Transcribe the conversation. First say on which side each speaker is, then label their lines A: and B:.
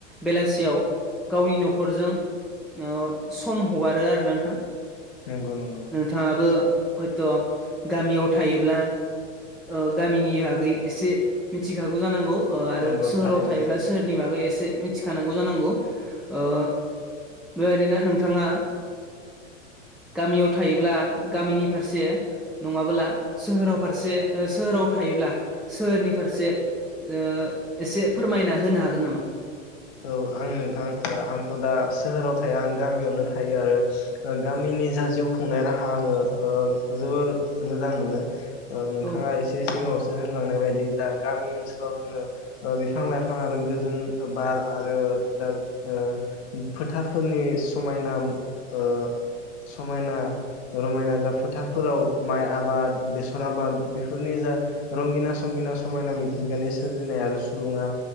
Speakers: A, in the centre; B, on the left (about 60°).
A: बेलासियाव गावनि न'खरजों ओ सम हगारो आरोना नोंथां।
B: नंगौ नंगौ।
A: थाङाबो हयथ' गामियाव थायोब्ला ओ गामिनि बागै एसे मिथिखागौ जानांगौ ओ आरो
B: नंगौ
A: सोहोराव
B: थारैनो
A: थायोब्ला
B: नोंथां
A: सोहोर नि बागै एसे मिथिखानांगौ जानांगौ ओ बेबायदिनो नोंथाङा गामियाव थायोब्ला गामिनि फारसे नङाबोला सोहोराव फारसे ओ सोहोराव थायोब्ला सोहोरनि फारसे ओ एसे फोरमायना होनो हागोन नामा
B: औ आं नोंथां ओ आंथ' दा सोहोराव थाया आं गामियावनो थायो आरो ओ गामिनि जा जिउ खुंनाय राहा आङो ओ जोबोर मोजां मोनो ओ नोंथाङा
A: औ
B: एसे सिगाङावसो होनलांनाय बायदि जा गामि ओनसोलाव जोङो ओ बिफां लाइफां आरो गोजोन बार आरो <unintelligible> ओ फोथारफोरनि समायना ओ समायना रमायना जा फोथारफोराव माइ आबाद बेसर आबाद बेफोरनि जा रंगिना संगिना समायना मिथिंगानि सोरजिनाय आरो सुबुंङा